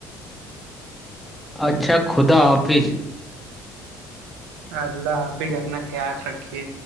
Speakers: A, in the centre; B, on the right (about 85°).
A: اچھا خدا حافظ
B: اللہ حافظ اپنا خیال رکھیے